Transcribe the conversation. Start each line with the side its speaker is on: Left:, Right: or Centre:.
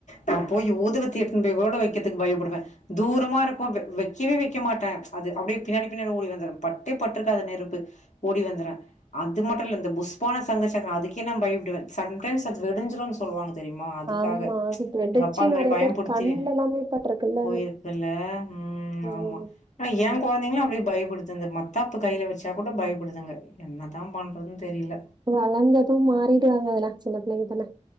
Left: நான் போய் ஊதுவத்தி வைக்கக்கு பயப்படுவேன் தூரமா இருக்கும் வைக்கவே வைக்க மாட்டேன் அது பின்னாடி பின்னாடி ஓடி வந்துவேன் பட்டடே பட்டு இருக்காது நெருப்பு ஓடிவந்திருவேன் அது மட்டும் இல்ல புசுவனம் சங்குசக்கரம் அதுக்கே நான் பயடுவேன் சம்டைம்ஷ் அ வெடிஞ்சிடும்னு சொல்லுவாங்க தெரியுமா அதுக்காக
Right: ஆமா அது வெடிச்சு
Left: எங்க அப்பா அந்த
Right: நிறைய
Left: மாரி பயமுறுத்தி
Right: பேர் கண்ணுல எல்லாமே பட்டிருக்குல்ல
Left: போயிருக்குல்ல உ
Right: ம்.
Left: ஆமா ஆனா ஏ கெழந்தைங்கள அப்டி பயப்படுத்துது மத்தாப்பு கையில வச்சா கூட பயப்படுத்துங்க என்னதான் பண்றதுன்னு தெரியல
Right: வளர்ந்ததுவும் மாறிடுவாங்க அதல்ல சின்ன புள்ளங்க் தானே